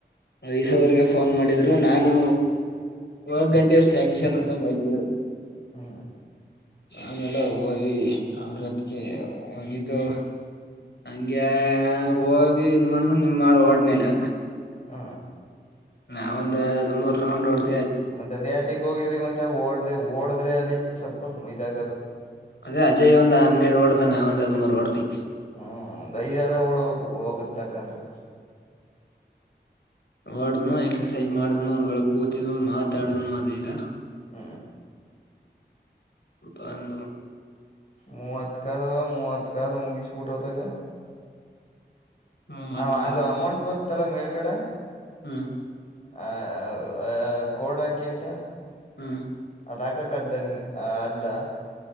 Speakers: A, on the left; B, on the left.
A: ವಯಸವರೆಗೆ ಫೋನ್ ಮಾಡಿದ್ರು ನಾನು ಒ ಗಂಟೆ ತಂಬಐತಿದ್ರು
B: ಹ್ಮ್
A: ಆಮೇಲೆ ಹವಾಗಿ ಅವ್ರ ಅದಕ್ಕೆ ಒಳ್ಳದು ಹಂಗಗೆ ವ ನನ್ ಮಾಡ ನಿಮ ಮಾಡ ಡ್ನಲ್ಲ
B: ಹ
A: ನಾವ ಒಂದ ಹದ್ಮೂರು ರೌಂಡ್ ಓಡ್ದ್
B: ಮತ್ತೆ ಅ ದೇಥಕ್ ಹೋಗಿದ್ರಿ ಮತ್ತೆ ಓಡ್ರೆ ಓಡದ್ರೆ ಅಲ್ಲಿ ಸ್ವಲ್ಪ ಮೈ್ದಾಗದು
A: ಅದೇ ಅಜಯ್ ಒಂದ್ ಹನ್ನೆರಡು ಓಡ್ದಾನ, ನಾ ಒಂದ್ ಹದ್ಮೂರ್ ಓಡ್ದಿ.
B: <unintelligible> <inaudible>
A: ಓಡ್್ಮ ಎಕ್ಸರ್ಸೈಜ ಮಾಡಿದ್್ಮ ಒನ್ ಕೂತಿದ್ ಮಾತಾಡದ್್ಮ ಅ ಇಲ್ಲ
B: ಹ್ಮ
A: ಬಂದು
B: ಮೂವತ್ಕಾರಲ್ಲ, ಮೂವತ್ಕಾರಾಲ ಮುಗಿಸ್ಬೂಟ್ ಅತಗೆ
A: ಮೂವತ್
B: ಹ ಅದು ಅಮೌಂಟ್ ಬತ್ತಲ್ಲ ಮೇ ಎಡೆ
A: ಹ್ಮ
B: ಆ ಅ ಆ ಕೋಡಾಕಿ ಎಂತ
A: ಹ್ಮ
B: ಅದ ಹಾಕಕ್ಕ ಅದ್ದ ನಿಂಗ ಅದ್ದ